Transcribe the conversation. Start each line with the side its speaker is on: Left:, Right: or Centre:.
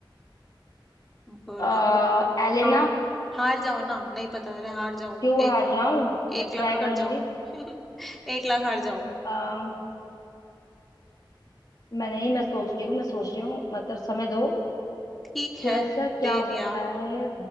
Centre: बोलो
Left: आ,
Centre: बोलो
Left: एलेना
Centre: हार हार जाओ ना नहीं पता रहे हार जाओ
Left: क्यों हार
Centre: एक
Left: जाऊं मैं
Centre: एक लाख
Left: ट्राई
Centre: हार
Left: करूंगी
Centre: जाओ <laughs> एक लाख हार जाओ
Left: आ, मैं नहीं मैं सोच रही हूँ मैं सोच रही हूँ मतलब समय दो
Centre: ठीक
Left: कैसा
Centre: है
Left: क्या
Centre: दे
Left: हो
Centre: दिया
Left: सकता है